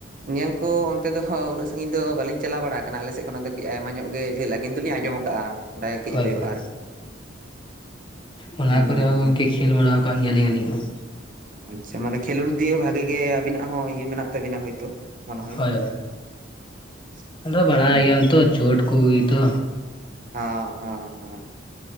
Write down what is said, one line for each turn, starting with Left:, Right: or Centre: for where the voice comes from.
Right: ᱧᱮᱞ ᱠᱚ ᱚᱱᱛᱮ ᱫᱚᱦᱚᱸ ᱩᱱᱟᱹᱜ ᱥᱟᱺᱜᱤᱧ ᱫᱚ ᱵᱟᱹᱞᱤᱧ ᱪᱟᱞᱟᱣ ᱵᱟᱲᱟ ᱠᱟᱱᱟ ᱟᱞᱮᱥᱮᱜ ᱠᱷᱚᱱᱟᱜ ᱫᱚ ᱠᱟᱹᱡ ᱟᱭᱢᱟ ᱧᱚᱜ ᱜᱮ ᱡᱷᱟᱹᱞᱟᱹ ᱠᱤᱱᱛᱩᱞᱤᱧ ᱟᱸᱡᱚᱢ ᱠᱟᱜᱼᱟ ᱚᱸᱰᱮ ᱠᱟᱹᱡ
Left: ᱦᱳᱭ
Right: ᱦᱩᱭᱩᱜᱼᱟ
Left: ᱦᱳᱭ
Right: ᱟᱨᱠᱤ
Left: ᱚᱱᱟ
Right: ᱟᱸᱡᱚᱢ
Left: ᱠᱚᱨᱮ
Right: ᱫᱚᱞᱤᱧ
Left: ᱦᱚᱸ
Right: ᱟᱸᱡᱚᱢ
Left: ᱜᱚᱝᱠᱮ
Right: ᱟᱠᱟᱫᱟ
Left: ᱠᱷᱮᱞ ᱵᱟᱲᱟ ᱟᱠᱟᱟᱜ ᱜᱮᱭᱟᱞᱤᱧ ᱟᱹᱞᱤᱧ ᱦᱚᱸ
Right: ᱟᱪᱪᱷᱟ ᱢᱟᱱᱮ ᱠᱷᱮᱞᱳᱰ ᱫᱤᱭᱮ ᱵᱷᱟᱜᱤ ᱜᱮ ᱟᱵᱤᱱᱟᱜ ᱦᱚᱸ ᱤᱭᱟᱹ ᱢᱮᱱᱟᱜ ᱛᱟᱵᱤᱱᱟ ᱦᱳᱭᱛᱳ ᱢᱚᱱᱮ ᱦᱚᱭ
Left: ᱦᱳᱭ ᱦᱳᱭ
Right: ᱟᱪᱪᱷᱟ ᱟᱪᱪᱷᱟ
Left: ᱟᱫᱚ
Right: ᱟᱪᱪᱷᱟ,
Left: ᱵᱟᱲᱟᱭ
Right: ᱚᱱᱟ
Left: ᱜᱮᱭᱟᱢ
Right: ᱟᱹᱰᱤ
Left: ᱛᱚ ᱪᱴ ᱠᱚᱜᱮᱛᱚ
Right: ᱦ ᱦᱮᱸ